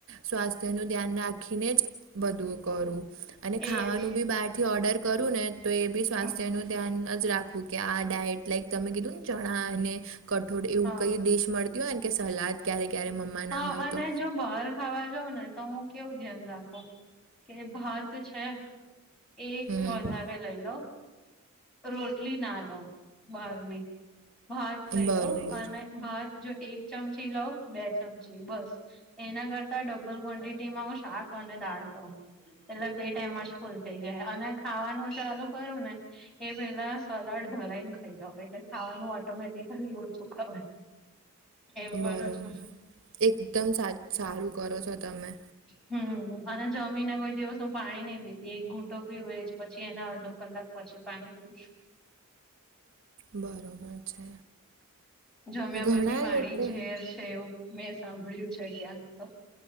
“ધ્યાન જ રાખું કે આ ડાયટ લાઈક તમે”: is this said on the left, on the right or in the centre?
Right